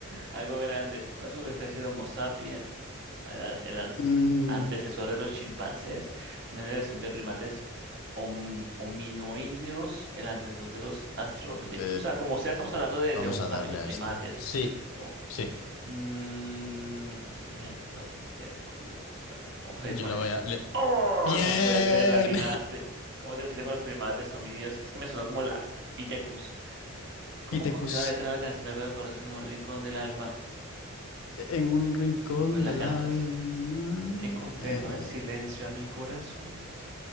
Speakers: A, on the right (about 50°); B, on the left (about 65°).
A: Algo grande, una subespecie de Homo sapiens, el, el ans-
B: Mm,
A: antecesor de los chimpancés, un género distinto de primates hom- hominoideos, el antecesor de los australopithecus.
B: eh,
A: O sea, como sea, estamos hablando de,
B: vamos
A: de Homo
B: a
A: sapiens
B: darle
A: o primates.
B: a este. Sí,
A: O,
B: sí.
A: mm, Gigantopithecus. Bueno, vamos a ir
B: Yo
A: con
B: le
A: este.
B: voy a... le-
A: ¡Oh!
B: ¡Bien!
A: No puede ser, latinaste. ¿Cómo te fuiste con los primates homídeos? Es que me sonó como el Pithecus. ¿Cómo
B: <laughs> Pithecus.
A: continúa la letra de la canción del Beto Cortés en un rincón del alma?
B: En un rincón
A: Pues la
B: del
A: cantas.
B: alma.
A: ¿Qué condeno
B: eh,
A: en silencio a mi corazón?